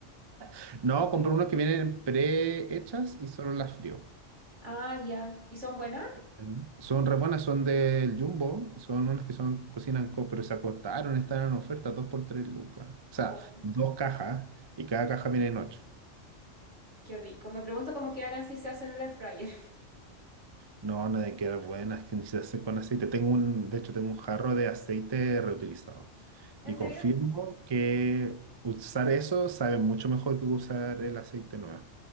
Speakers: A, on the right; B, on the right.
A: <laughs> no, compré unos que vienen prehechas y solo las frío.
B: Ah, ya. ¿Y son buenas?
A: Mm. Son re buenas, son del Jumbo, son unas que son cocinan co, pero se acotaron, están en oferta, dos por tres lucas. O sea,
B: Oh,
A: dos cajas y cada caja viene en ocho.
B: qué rico. Me pregunto cómo quedarán si se hacen en el air fryer.
A: No, no de quedar buenas, que ni se hace con aceite. Tengo un, de hecho, tengo un jarro de aceite reutilizado.
B: <laughs> ¿En
A: Y
B: serio?
A: confirmo que usar eso sabe mucho mejor que usar el aceite nuevo.